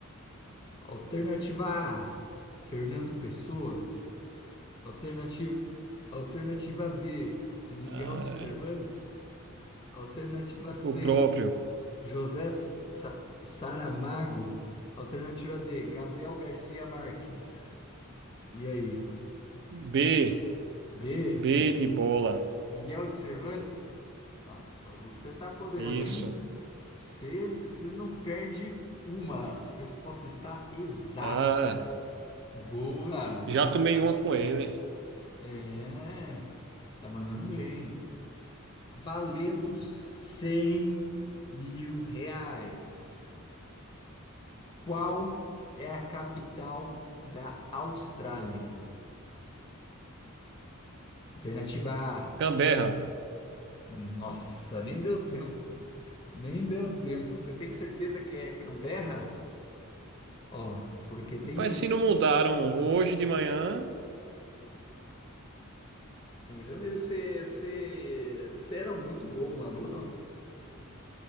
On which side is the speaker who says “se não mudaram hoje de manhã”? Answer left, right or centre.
Right